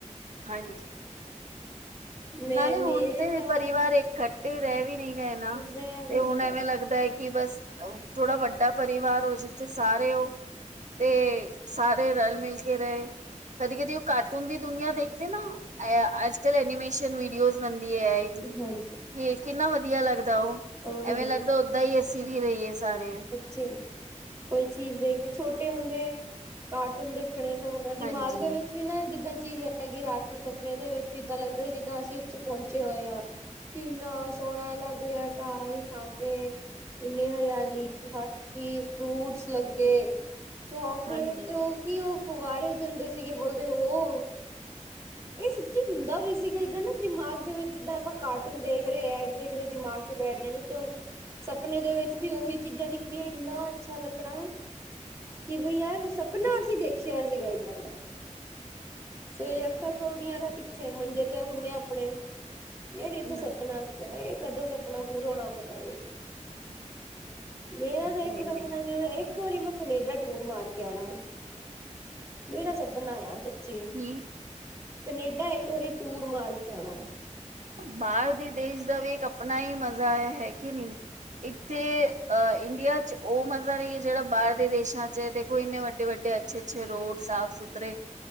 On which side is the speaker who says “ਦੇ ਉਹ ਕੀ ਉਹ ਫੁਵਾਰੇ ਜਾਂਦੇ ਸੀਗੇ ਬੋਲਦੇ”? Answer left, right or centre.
Right